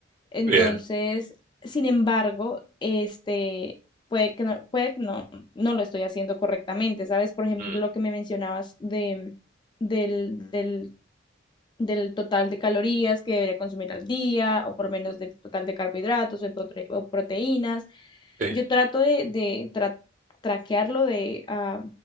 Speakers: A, on the left; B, on the right.
A: entonces,
B: bien.
A: sin embargo, este, puede que no, puede que no, no lo estoy haciendo correctamente, ¿sabes? Por ejemplo,
B: Mm,
A: lo que me mencionabas de, del, del del total de calorías que debería consumir al día, o por menos
B: mm,
A: del total de carbohidratos o, de prote- o proteínas.
B: sí,
A: Yo trato de, de tra- traquearlo, de, ah,